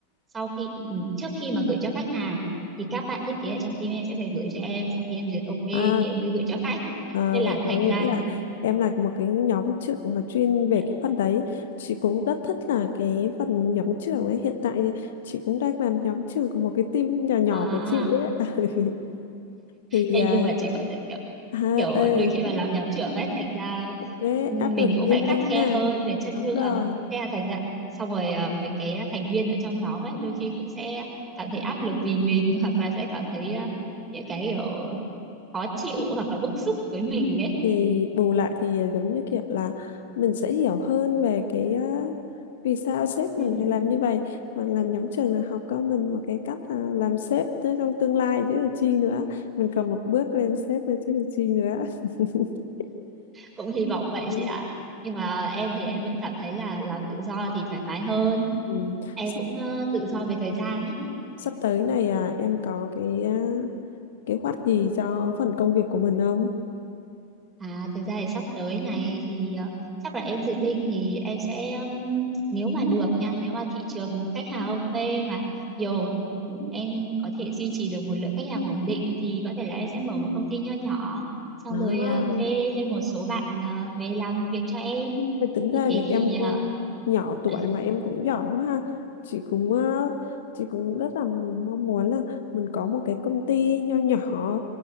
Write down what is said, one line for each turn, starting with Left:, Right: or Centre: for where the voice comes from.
Right: sau khi ừ, trước khi mà gửi cho khách hàng thì các bạn thiết kế ở trong team em sẽ phải gửi cho em sau khi em duyệt ok thì
Left: À,
Right: em mới gửi cho khách
Left: À,
Right: nên
Left: vậy
Right: là thành
Left: có nghĩa
Right: ra
Left: là em là một cái nhóm trưởng mà chuyên về
Right: ờ,
Left: cái phần đấy chị cũng rất thích là cái phần nhóm trưởng ấy hiện tại thì chị cũng đang làm nhóm trưởng của một cái team nhỏ nhỏ
Right: à
Left: của chị ấy <laughs> thì
Right: Ê,
Left: à,
Right: nhưng mà chị có thể kiểu
Left: ha
Right: kiểu
Left: ơi
Right: đôi khi mà làm nhóm trưởng ấy thành ra
Left: cũng cái
Right: ừ, mình
Left: áp lực
Right: cũng
Left: riêng
Right: phải khắt khe
Left: ha
Right: hơn về chất
Left: đúng
Right: lượng
Left: rồi
Right: À, thế là thành ra xong rồi ờ, mấy cái thành viên ở trong nhóm ấy đôi khi cũng sẽ cảm thấy áp lực vì mình <laughs> hoặc là sẽ cảm thấy ờ, những cái kiểu khó chịu hoặc là bức xúc với mình ấy
Left: thì bù lại thì à, giống như kiểu là mình sẽ hiểu hơn về cái á, vì sao sếp
Right: ừ,
Left: mình phải làm như vậy mà làm nhóm trường là học cho mình một cái cách à, làm sếp tới trong tương lai chứ là chi nữa mình còn một bước lên sếp nữa chứ là chi nữa <laughs>
Right: cũng hy vọng vậy
Left: Ừ.
Right: chị ạ nhưng mà em thì em vẫn cảm thấy là làm tự do thì thoải mái hơn
Left: Ừ.
Right: em
Left: sắp,
Right: cũng ờ, tự do về thời gian ấy
Left: sắp tới này à, em có cái à, kế hoạch gì cho phần công việc của mình không
Right: À, thực ra thì sắp tới này thì ờ, chắc là em dự định thì em sẽ ừm, nếu mà được nha, nếu mà thị trường khách hàng ok mà nhiều ừm, em có thể duy trì được một lượng khách hàng ổn định thì có thể là em sẽ mở một công ty nho nhỏ xong
Left: đó
Right: rồi ờ, thuê thêm một số bạn ờ, về làm việc cho em.
Left: Thì tính ra
Right: Như thế
Left: thì
Right: thì
Left: em cũng
Right: ờ,
Left: nhỏ tuổi
Right: <laughs>
Left: mà em cũng giỏi quá ha. Chị cũng ờ, chị cũng rất là mong muốn là mình có một cái công ty nho nhỏ